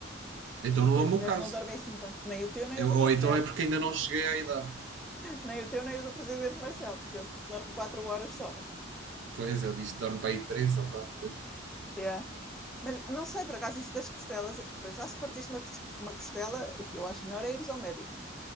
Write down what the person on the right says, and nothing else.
Então
não
é
o meu
caso.
Eu-
ou
então é porque ainda não cheguei à idade.
Pois, ele disse que dorme para aí três ou 4 vezes.